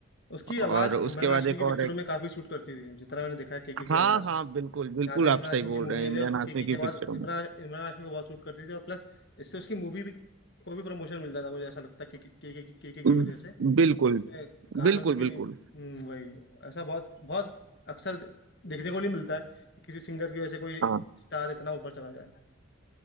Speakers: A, on the left; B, on the right.
A: उसकी आवाज
B: और उसके
A: इमरान
B: बाद
A: हाशमी
B: एक
A: की पिक्चरों
B: और है
A: में काफी सूट करती थी जितना मैंने देखा है केके की
B: हाँ
A: आवाज
B: हाँ बिल्कुल बिल्कुल
A: जहाँ जहाँ
B: आप
A: इमरान
B: सही
A: हाशमी
B: बोल
A: की मूवीज
B: रहे हैं इमरान
A: है उसमें
B: हाशमी
A: केके
B: की
A: की आवाज
B: पिक्चरों
A: इमरान इमरान हाशमी को बहुत सूट करती थी और प्लस इससे उसकी मूवी भी को भी प्रमोशन मिलता था मुझे ऐसा लगता है केके केके की
B: में
A: वजह से
B: बिल्कुल
A: इसमें गानों
B: बिल्कुल
A: के के-
B: बिल्कुल
A: हम्म, वही ऐसा बहुत बहुत अक्सर दे- देखने को नहीं मिलता है कि किसी सिंगर की वजह से कोई
B: हाँ।
A: स्टार इतना ऊपर चला जाए